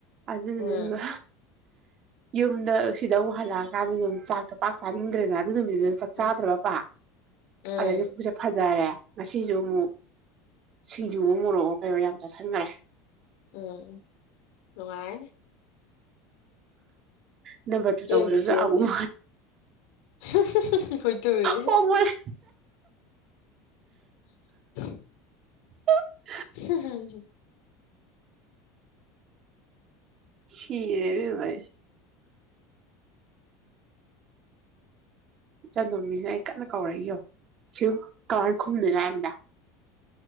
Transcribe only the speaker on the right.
ꯑꯗꯨꯗꯨꯒ
ꯌꯨꯝꯗ ꯁꯤꯗ ꯑꯃꯨꯛ ꯍꯜꯂꯛꯑ ꯀꯥꯟꯗ ꯆꯥꯛ ꯄꯥꯛ ꯆꯥꯅꯤꯡꯗ꯭ꯔꯦꯅ ꯑꯗꯨ ꯅꯨꯃꯤꯠꯇꯣ ꯆꯥꯛ
ꯆꯥꯗ꯭ꯔꯕ
ꯑꯗꯩꯗ ꯄꯨꯛꯁꯦ ꯐꯖ ꯇꯥꯔꯦ ꯉꯁꯤꯁꯨ ꯑꯃꯨꯛ ꯁꯤꯡꯖꯨꯋꯣ ꯃꯣꯔꯣꯛꯑꯣ ꯀꯩꯋꯣ ꯌꯥꯝ ꯆꯥꯁꯤꯟꯈꯔꯦ
ꯅꯝꯕꯔ ꯇꯨ
ꯇꯧꯕꯗꯁꯨ
ꯑꯃꯨꯛ
ꯍꯣꯡꯕꯅꯦ
<inaudible>
ꯁꯤ ꯔꯦ ꯏꯕꯦꯝꯃꯥ ꯑꯩ꯫ ꯆꯟꯗꯣꯃꯤꯁꯤꯅ ꯑꯩ ꯀꯟꯅ ꯀꯧꯔꯛꯏꯌꯣ ꯁꯤ ꯀꯃꯥꯏ ꯈꯨꯝꯗꯣꯏꯅꯣ ꯍꯥꯏꯕꯅꯤꯗ꯫